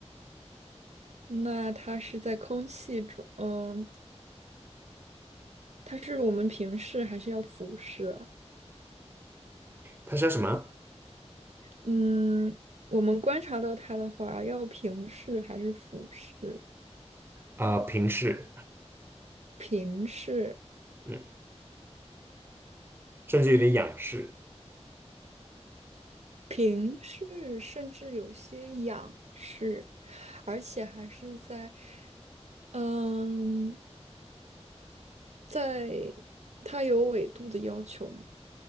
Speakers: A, on the right; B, on the right.
A: 那它是在空气中，嗯，它是我们平视还是要俯视啊
B: 它叫什么？
A: 嗯，我们观察到它的话，要平视还是俯视？
B: 啊、平视，
A: 平视。
B: 嗯，甚至有点仰视，
A: 平视，甚至有些仰视，而且还是在，嗯，在它有纬度的要求吗？